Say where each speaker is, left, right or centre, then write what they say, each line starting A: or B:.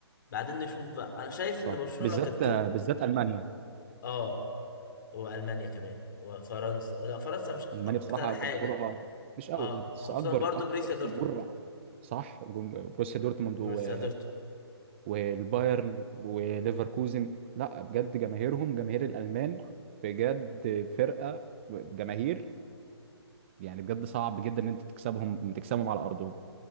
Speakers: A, on the left (about 45°); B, on the right (about 25°).
A: بعدين نشوف بقى انا شايف
B: صح
A: ان برشلونة
B: بالذات
A: لو كانت
B: آه،
A: كده
B: بالذات ألمانيا
A: اه والمانيا كمان وفرنسا لا فرنسا مش
B: ألمانيا
A: اكتر
B: بصراحة
A: حاجة
B: جمهورها مش قوي
A: اه
B: لا، بس
A: خصوصا
B: أكبر
A: برضو
B: أكتر
A: بريسيا دورتموند
B: جمهور صح جم- بروسيا دورتموند
A: بريسيا
B: و-
A: دورتموند
B: والبايرن وليفركوزن لا بجد جماهيرهم جماهير الألمان بجد فرقة جماهير يعني بجد صعب جدا ان انت تكسبهم تكسبهم على ارضهم